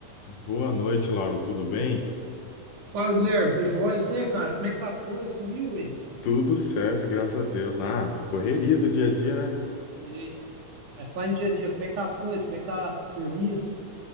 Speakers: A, on the left; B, on the right.
A: Boa noite, Lauro. Tudo bem?
B: Fala, Guilherme, tudo jóia? E Você, cara, como é que tá as coisas? Sumiu, ué?
A: Tudo certo, graças a Deus. Ah, correria do dia a dia, né?
B: Sei. Vai falar em dia a dia, como é que tá as coisas? Como é que tá o serviço?